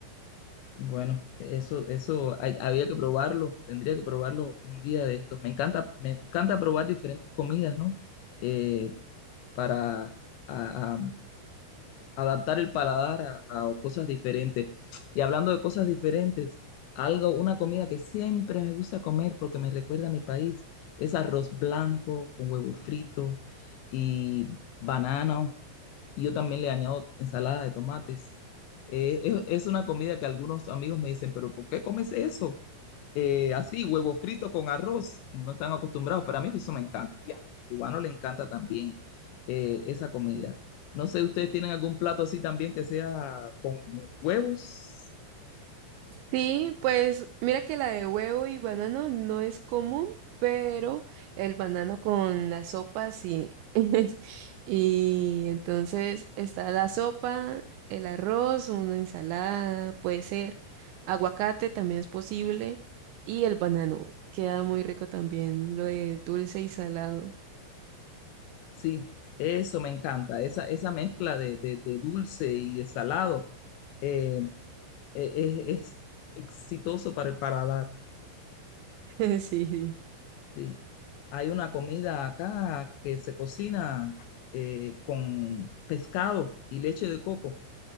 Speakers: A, on the left; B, on the right.
A: Bueno, eso, eso hay- había que probarlo, tendría que probarlo un día de estos. Me encanta, me encanta probar diferentes comidas, ¿no? Eh, para a- a- adaptar el paladar a, a cosas diferentes. Y hablando de cosas diferentes, algo, una comida que siempre me gusta comer porque me recuerda a mi país, es arroz blanco con huevo frito y banano y yo también le añado ensalada de tomates. Eh, es, es una comida que algunos amigos me dicen, pero ¿por qué comes eso? Eh, así, huevo frito con arroz, no están acostumbrados, pero a mí eso me encanta y al cubano le encanta también eh, esa comida. No sé, ¿ustedes tienen algún plato así también que sea con huevos?
B: Sí, pues mira que la de huevo y banano no es común, pero el banano con la sopa sí. <laughs> Y entonces está la sopa, el arroz, una ensalada, puede ser aguacate también es posible y el banano. Queda muy rico también lo de dulce y salado.
A: Sí, eso me encanta, esa, esa mezcla de, de- de dulce y de salado eh, eh, es, es exitoso para el paladar.
B: <laughs> Sí.
A: Sí. Hay una comida acá que se cocina eh, con pescado y leche de coco,